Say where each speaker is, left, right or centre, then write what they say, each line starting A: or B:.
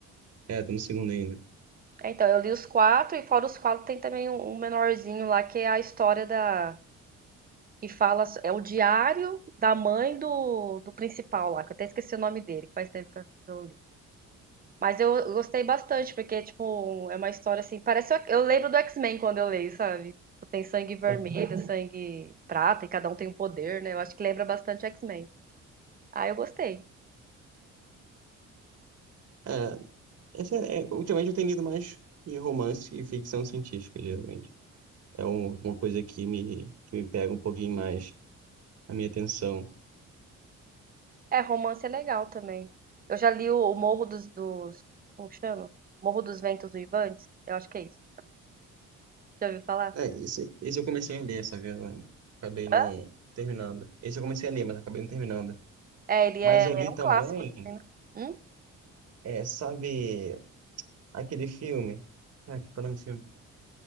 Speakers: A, on the right (about 55°); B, on the right (about 30°).
A: É, tô no segundo ainda.
B: É, então eu li os quatro e fora os quatro tem também um, um menorzinho lá que é a história da que fala é o diário da mãe do, do principal lá, que eu até esqueci o nome dele, que faz tempo que eu que eu li. Mas eu eu gostei bastante, porque, tipo, é uma história assim. Parece. o- Eu lembro do X-Men quando eu leio, sabe? Tipo, Tem sangue vermelho,
A: <laughs>
B: Uhum. sangue prata, e cada um tem um poder, né? Eu acho que lembra bastante X-Men. Ah, eu gostei.
A: É, essa é- ultimamente eu tenho lido mais de romance e ficção científica, geralmente. é um- uma coisa que me, que me pega um pouquinho mais a minha atenção.
B: É, romance é legal também. Eu já li o, o Morro dos, dos. Como que chama? Morro dos Ventos Uivantes? Eu acho que é isso. Já ouviu falar?
A: É, esse, esse eu comecei a ler, sabe? Eu acabei não
B: Hã?
A: terminando. Esse eu comecei a ler, mas acabei não terminando.
B: É, ele
A: Mas
B: é,
A: eu li
B: é um
A: também,
B: clássico, dizem, né? Hum?
A: é, sabe, aquele filme. Ah, que que é o nome desse filme?